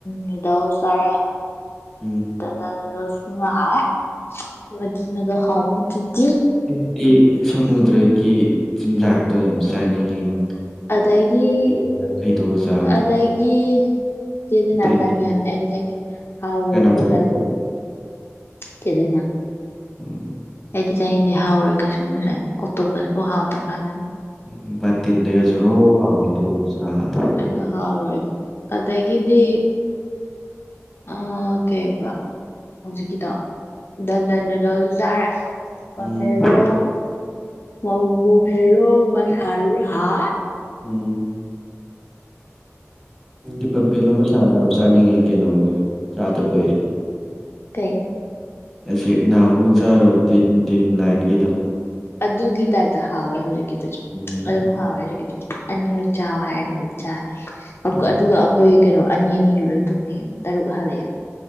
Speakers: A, on the left (about 50°); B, in the centre.
A: ꯅꯨꯗꯜꯁ ꯆꯥꯔꯦ
B: ꯎꯝ
A: ꯗꯟ ꯗꯟ ꯅꯨꯗꯜꯁ ꯗꯨꯃꯥ ꯍꯥꯎꯌꯦ ꯃꯗꯨꯅꯒ ꯍꯥꯎꯕꯗꯨꯗꯤ
B: ꯑꯩꯗꯤ ꯁꯃꯨꯗ꯭ꯔꯒꯤ ꯆꯤꯟꯖꯥꯛꯇꯣ ꯌꯥꯝ ꯆꯥꯅꯤꯡꯉꯤꯉꯣ
A: ꯑꯗꯒꯤ
B: ꯇꯦꯕꯜꯗꯒ ꯍꯩꯗꯣꯛꯑ ꯆꯥꯕꯗꯣ
A: ꯑꯗꯒꯤ ꯆꯦ ꯗꯥꯏꯅꯥꯖꯨ
B: ꯑꯗꯒꯤ
A: ꯆꯥꯅꯤꯡꯉꯦ ꯍꯥꯏꯕꯅꯦ ꯑꯩꯗꯤ ꯆꯥꯅꯤꯡꯗꯦ ꯍꯥꯎꯔꯣꯏꯕ
B: ꯀꯅꯥ
A: ꯑꯈꯣꯏ
B: ꯆꯥꯅꯤꯡꯉꯤꯕ
A: ꯁꯥꯏꯗ ꯆꯦ ꯗꯥꯏꯅꯥ
B: ꯎꯝ
A: ꯑꯩꯗꯤ ꯆꯥꯅꯤꯡꯗꯦ ꯍꯥꯎꯔꯣꯏ ꯀꯩꯁꯨ ꯃꯣꯏ ꯁ꯭ꯋꯥꯏꯗ ꯑꯣꯛꯇꯣꯄꯁꯄꯨ ꯍꯥꯎꯇ꯭ꯔꯀꯥꯟꯖꯤꯗ
B: ꯎꯝ ꯕꯥꯇꯤꯟꯗꯒ ꯖꯣꯔꯣ ꯂꯥꯎ ꯍꯩꯗꯣꯛꯑꯒ ꯆꯥꯕ
A: ꯑꯗꯣ ꯍꯥꯎꯔꯣꯏꯕ ꯑꯗꯒꯤꯗꯤ
B: <inaudible>
A: ꯑꯥ ꯀꯩꯌꯦꯕ ꯍꯧꯖꯤꯛꯀꯤꯗꯣ ꯗꯟ ꯗꯟ ꯅꯨꯗꯜꯖꯨ ꯆꯥꯔꯦ ꯕꯐꯦꯜꯂꯣ
B: ꯎꯝ
A: ꯑꯧ ꯕꯐꯦꯜꯂꯣ ꯃꯁꯥꯗꯨꯖꯨ ꯍꯥꯎꯋꯦ
B: ꯎꯝ ꯎꯝ ꯗꯤ ꯕꯐꯦꯜꯂꯣ ꯃꯁꯥꯗꯣ ꯌꯥꯝ ꯆꯥꯅꯤꯡꯉꯤ ꯀꯩꯅꯣꯒ ꯆꯥꯗ ꯀꯨꯏꯔꯦ
A: ꯀꯩ
B: ꯑꯁꯦꯛ ꯅꯍꯥꯃꯨꯛ ꯆꯥꯔꯨꯗꯤ ꯇꯤꯗꯤꯝ ꯂꯥꯏꯟꯒꯤꯗ
A: ꯑꯗꯨꯒꯤ ꯇꯥꯏꯞꯇ ꯍꯥꯎꯋꯦ ꯍꯧꯖꯤꯛꯀꯤꯗꯨꯖꯨ
B: ꯎꯝ
A: ꯑꯗꯨꯝ ꯍꯥꯎꯋꯦ ꯍꯨꯖꯤꯛꯀꯤ ꯑꯅꯤꯔꯛ ꯆꯥꯎ ꯍꯥꯏꯔꯗꯤ ꯑꯗꯨꯝ ꯆꯥꯅꯤ ꯑꯧꯀ
B: ꯎꯝ
A: ꯑꯗꯨꯒ ꯑꯈꯣꯏ ꯀꯩꯅꯣ ꯑꯅꯤ ꯑꯅꯤꯖꯨ ꯂꯣꯏ ꯊꯨꯡꯅꯩꯌꯦꯕ ꯇꯔꯨꯛ ꯍꯥꯜꯂꯛꯑꯦꯕ